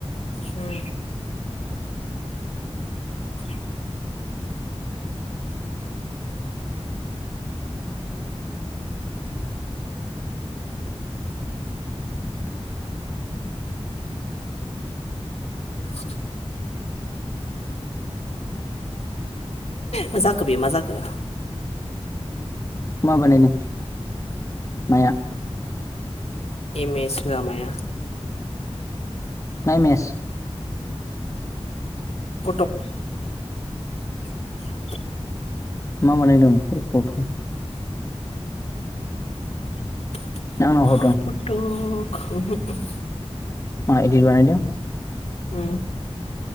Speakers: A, on the left (about 75°); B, on the left (about 30°).
A: उम <unintelligible> <unintelligible> मा जाखो बे मा जाखो
B: न बानाय नो माया
A: एम एस माबाया
B: मा मेेज
A: खटक <inaudible>
B: मा बानायदों <unintelligible>
A: फट'
B: आंनाव हरदों
A: <unintelligible>
B: मा एदि बानायदों
A: उम